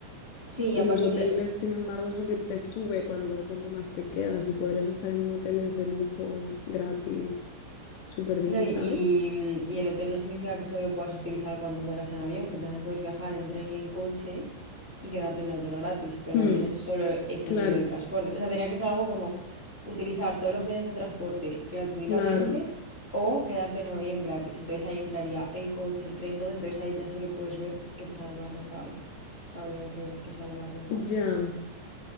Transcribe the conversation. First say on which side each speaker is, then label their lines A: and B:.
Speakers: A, on the left; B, on the left.
A: Sí, y
B: Y
A: aparte
B: los hoteles,
A: que
B: sin embargo, es lo que te sube cuando cuanto más te quedas y podrías estar en hoteles de lujo gratis, súper bien,
A: No, y,
B: ¿sabes?
A: y- y el hotel no significa que solo lo puedas utilizar cuando vuelas en avión, porque también puedes viajar en tren y en coche y quedarte en el hotel gratis, pero el
B: Hmm,
A: avión es solo ese
B: claro,
A: medio de transporte. O sea, tendría que ser algo como utilizar todos los medios de transporte gratuitamente
B: claro,
A: o quedarte en avión gratis. Entonces ahí entraría el coche, el tren, todo, entonces ahí ya sí que puedes ver qué te sale más rentable. O sea, habría que ver qué sale más rentable.
B: ya,